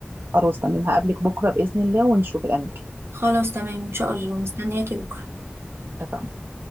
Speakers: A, on the right; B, on the right.
A: خلاص تمام هقابلك بكرة بإذن الله ونشوف الأماكن
B: خلاص تمام ان شاء الله مستنياكي بكره
A: اتفقنا